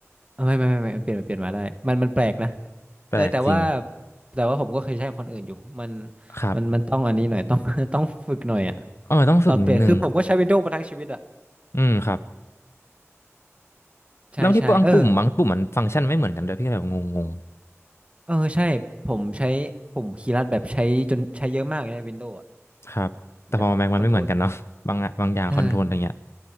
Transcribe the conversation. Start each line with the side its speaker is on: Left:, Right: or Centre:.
Right: ไม่ไม่ไม่ไม่มันเปลี่ยนไปเปลี่ยนมาได้มันมันแปลกนะ
Left: แปลกจริง
Right: เออแต่ว่าแต่ว่าผมก็เคยใช้ของคนอื่นอยู่มัน
Left: ครับ
Right: มันมันต้องอันนี้หน่อยต้อง <laughs> ต้องฝึกหน่อยอ่ะ
Left: เออต้องฝึกนิดนึง
Right: ตอนเปลี่ยนคือผมก็ใช้วินโดว์มาทั้งชีวิตอ่ะ
Left: อืมครับ
Right: ใช่ใช่เออ
Left: แล้วที่บางปุ่มบางปุ่มมันฟังก์ชันไม่เหมือนกันด้วยพี่ก็เลยแบบงง
Right: เออใช่ผมใช้ผมคีย์ลัดแบบใช้จนใช้เยอะมากเลยในวินโดว์
Left: ๆครับแต่พอแม็กมันไม่เหมือนกันเนาะบางอะบางอย่างคอนโทรลอะไรเงี้ย
Right: แบบคอนโทรลเออ